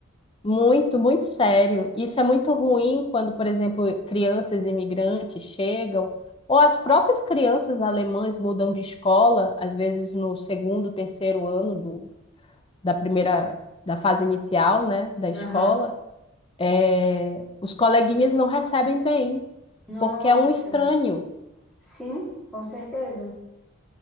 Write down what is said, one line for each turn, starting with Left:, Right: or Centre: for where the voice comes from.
Left: Muito, muito sério. Isso é muito ruim quando, por exemplo, crianças imigrantes chegam, ou as próprias crianças alemãs mudam de escola, às vezes no segundo, terceiro ano do da primeira, da fase inicial, né, da escola,
Centre: Aham.
Left: é, os coleguinhas não recebem bem,
Centre: Nossa.
Left: porque é um estranho.
Centre: Sim, com certeza.